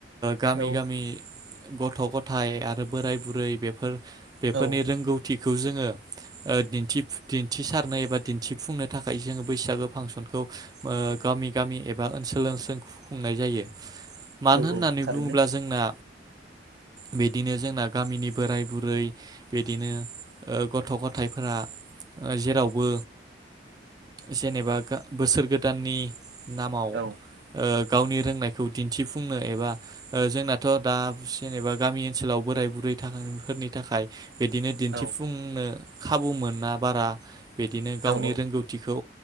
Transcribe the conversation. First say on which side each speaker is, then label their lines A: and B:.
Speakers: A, on the right; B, on the right.
A: गामि
B: औ
A: गामि गथ-गथाय आरो बोराय बुरै बेफोर बेफोरनि
B: औ
A: रोंगौ थगखौ जोङोथि ओ दिथिफुथि थिसारनायबायदि थिफुंनो थाखाय जों बैसागो फांसनखौ ओ गामि गामि एबा ओनसोल ओनसोल खुंनाय जायो मानो
B: औ
A: होननानै
B: औ थारैनो
A: बुङोब्ला जोंना बिदिनो जोंना गामिनि बोराय बुरै बिदिनो ओ गथ-गथाइफ्रा जेरावबो जेनेबा बोसोर गोदाननि नामाव ओ
B: औ
A: गावनि रोंनायखौ दिन्थिफुंनो एबा ओ जोंनाथ दा जेनेबा गामि ओनसोलाव बोराय बुरै थाखोफोरनि थाखाय बिदिनो दिन्थिफुंनो
B: औ
A: खाबु मोना बारा बिदिनो गावनि
B: औ औ
A: रोंगौथिखौ